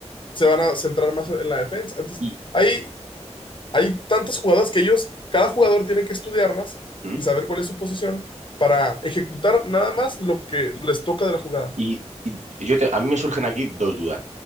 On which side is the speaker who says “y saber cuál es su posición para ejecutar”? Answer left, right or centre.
Left